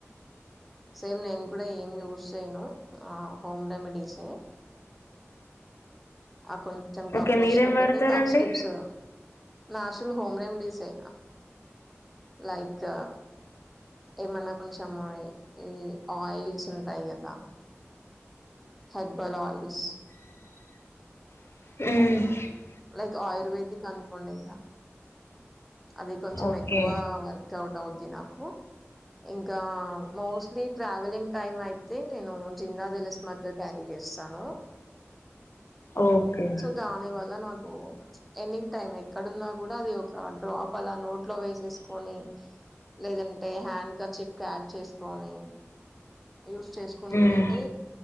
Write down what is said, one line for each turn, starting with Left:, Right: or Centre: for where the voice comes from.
Centre: సేమ్ నేను కూడా ఏం యూస్ చేయ్యను ఆ హోమ్ రెమెడీసే ఆ కొంచెం కఫ్
Left: ఓకే
Centre: వచ్చినప్పుడుయితే
Left: మీరేం వాడతారండి
Centre: కఫ్ స్ట్రిప్స్ నేచురల్ హోమ్ రెమిడీసే లైక్ ఏమన్నా కొంచెం ఈ ఆయిల్స్ ఉంటాయి కదా herbal oils
Left: um
Centre: like ayurvedic అనుకోండి ఇంగ అది కొంచెం
Left: ఓకే
Centre: ఎక్కువ వర్క్ అవుట్ అవుద్ది నాకు ఇంకా మోస్ట్లీ ట్రావెలింగ్ టైమ్ అయితే నేను జింద జిలిస్ మాత్ర క్యారీ చేస్తాను సాను
Left: ఓకే
Centre: సో దాని వల్ల నాకు ఎనీ టైమ్ ఎక్కడున్నా గూడా అది ఒక డ్రాప్ అలా నోట్ లో వేసేసుకొని లేదంటే హ్యాండ్ కర్చిఫ్ క్యారీ చేసుకొని యూస్ చేసుకుంటుంటే
Left: మ్మ్